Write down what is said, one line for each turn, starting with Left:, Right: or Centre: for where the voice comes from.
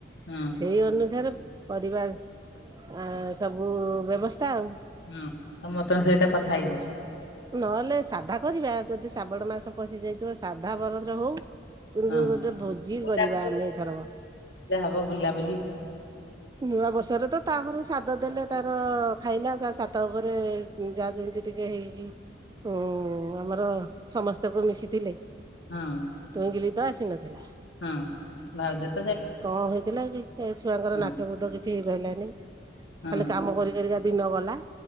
Left: ହଁ
Right: ସେଇ ଅନୁସାରେ ପରିବା ଆ ସବୁ ବ୍ୟବସ୍ଥା ଆଉ
Left: ହଁ ସମସ୍ତଙ୍କ ସହିତ କଥା ହେଇଯିବ
Right: ନହେଲେ ସାଧା କରିବା ଯଦି ଶ୍ରାବଣ ମାସ ପଶି ଯାଇଥିବ ସାଧା ବର୍ଜ ହଉ କିନ୍ତୁ
Left: ହଁ
Right: ଗୋଟେ ଭୋଜି
Left: ବୁଲାବୁଲି
Right: କରିବା ଆମେ ଏଇ ଥରକ
Left: ଯା ହବ ବୁଲାବୁଲି
Right: ନୂଆ ବର୍ଷରେ ତ ତା ଘରୁ ସାଦ ଦେଲେ ତାର ଖାଇଲା ତା ଛାତ ଉପରେ ଯାହା ଯେମିତି ଟିକେ ହେଇକି ହୁଁ ଆମର ସମସ୍ତଙ୍କୁ ମିଶିଥିଲେ
Left: ହଁ
Right: ଟୁଇକିଲି ତ ଆସି ନଥିଲା
Left: ହଁ ଭାଉଜ ତ ଯାଇ
Right: କଣ ହେଇଥିଲା କି ଏ ଛୁଆଙ୍କର
Left: ହଁ
Right: ନାଚ ବୋଦ କିଛି ହେଇପାରିଲାନି।
Left: ହଁ
Right: ଖାଲି କାମ କରି କରିକା ଦିନ ଗଲା